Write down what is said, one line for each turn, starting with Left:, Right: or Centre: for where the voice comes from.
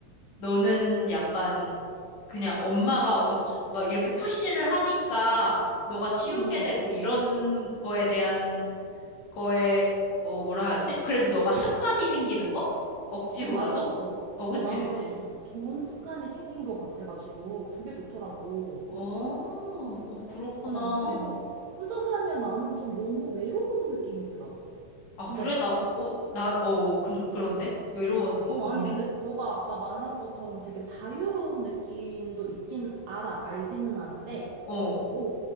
Left: 너는 약간 그냥 엄마가 어쩌, 막 이렇게 푸시를 하니까 너가 치우게
Right: 응,
Left: 되고
Right: 응,
Left: 이런 거에 대한 거에, 어, 뭐라 하지? 그래도 너가 습관이 생기는 거? 억지로라도?
Right: 응, 맞아, 맞아.
Left: 어,
Right: 어,
Left: 그치,
Right: 나는
Left: 그치.
Right: 그래서 좀 좋은 습관이 생긴 것 같아가지고, 그게 좋더라고.
Left: 어, 어, 그렇구나.
Right: 어, 그리고 혼자 살면 나는 좀 너무 외로운 느낌이 들어.
Left: 아,
Right: 근데
Left: 그래? 나,
Right: 어,
Left: 어, 나, 어, 그, 그런데? 외로웠는데?
Right: 어 아니 근데 너가 아까 말한 것처럼 되게 자유로운 느낌도 있긴 알아 알기는 아는데
Left: 어,
Right: 어,